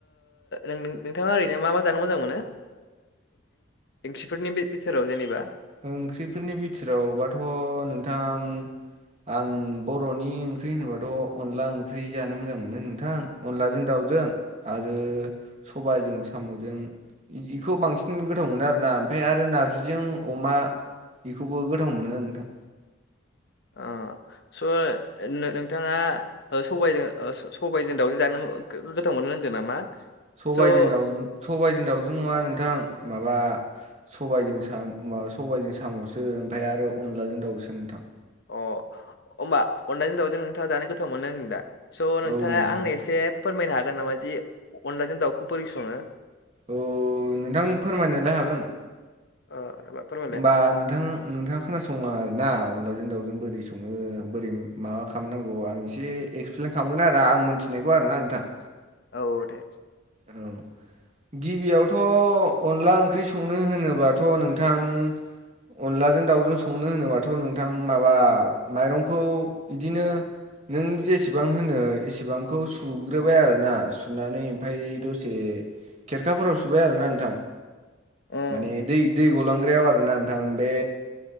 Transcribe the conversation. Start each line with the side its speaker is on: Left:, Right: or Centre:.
Left: नोंथाङा ओरैनो मा मा जानो मोजां मोनो ओंखिफोरनि बिथोराव जेनेबा
Right: ओंख्रिफोरनि बिथोरावबाथ' नोंथां आं बर'नि ओंख्रि होनोबाथ' अनला ओंख्रि जानो मोजां मोनो नोंथां अनलाजों दाउ 'जों आरो सबायजों साम'जों बिखौ बांसिन गोथाव मोनो आरो ना ओमफ्राय आरो नार्जिजों अमा बेखौबो गोथाव मोनो आरो नोंथां
Left: ओ स' नो-नोंथाङा सबायजों ओ स-सबायजों दाउजों जानो गो-गोथाव मोनो नामा?
Right: सबायजों
Left: स' अ
Right: दाव सबायजों दावजों नङा नोंथां माबा सबायजों साम सबायजों साम'सो ओमफ्राय आरो अनलाजों दाउसो नोंथां।
Left: अ होमबा अनलाजों दावजों नोंथाङा जानो गोथाव मोनो होनदों दा? स' नोंथाङा
Right: औ नोंथां
Left: आंनो एसे फोरमायनो हागोन नामा जि अनलाजों दाउखौ बोरै सङो?
Right: औ नोंथां फोरमायनोलाय हागोन।
Left: ओ एबा फोरमायलाय
Right: होमबा नोंथां नोंथाङा खोनासंलां आरोना अनलाजों दावजों बोरै सङो बोरै माबा खालामनांगौ आं एसे एक्सप्लेन खालामगोन आरो आं मिथिनायखौ आरो ना नोंथां
Left: औ दे
Right: औ गिबियावथ' अनला ओंख्रि संनो होनोबाथ' नोंथां अनलाजों दाउजों संनो होनोबाथ' नोंथां माबा माइरंखौ बिदिनो नों जेसेबां होनो एसेबांखौ सुग्रोबाय आरो ना सुनानै ओमफ्राय दसे खेरखाफोराव सुबाय आरोना नोंथां।
Left: उम
Right: माने दै दै गलांग्रायाव आरोना नोंथां बे